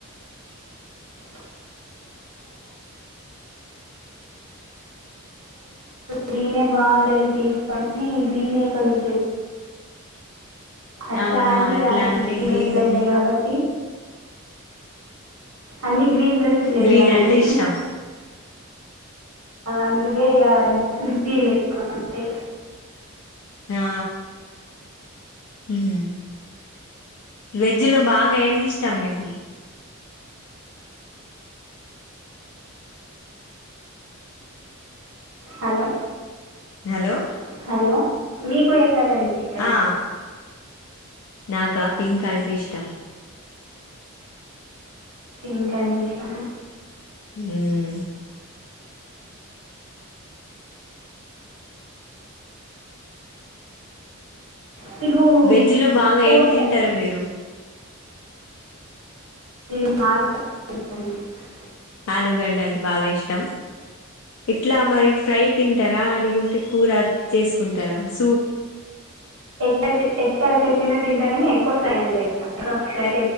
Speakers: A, on the right; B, on the left.
A: <unintelligible> గ్రీన్ ఏ బాగుంట <unintelligible> తీసుకొని గ్రీన్ కొనీచ్చ అట్లా
B: అవునా
A: అని ఇగ
B: అట్లా
A: అని
B: అంటే గ్రీన్
A: డ్రెస్సులు అయినాయి కాబట్టి అన్నిీ గ్రీన్ డ్రెస్సులేయిగా
B: గ్రీన్
A: నాకు
B: అంటే ఇష్టం
A: అందుకే ఇగ గ్రీన్ ఎక్కువ అంటే
B: ఆ ఉహు వెజ్ లో బాగా ఏమ్ ఇష్టం మీకు
A: హలో
B: హలో
A: హలో మీకు ఏ కలర్ ఇష్టం
B: ఆ నాకా పింక్ అంటే ఇష్టం
A: పింక్ అంటే ఇష్టమా
B: ఉమ్
A: మీకు
B: వెజ్ లో బాగా
A: స్పోర్ట్స్
B: ఏం తింటారు మీరు
A: నేనుండి <unintelligible>
B: ఆలుగడ్డ అంటే బాగా ఇష్టం ఇట్లా మరి ఫ్రై తింటారా లేకుంటే కూర చేసుకుంటారా సూప్
A: ఎట్లా ఎట్లా చేసినా తింటకాని ఎక్కువ ఫ్రై అంటే ఇష్టం ఎక్కువ ఫ్రై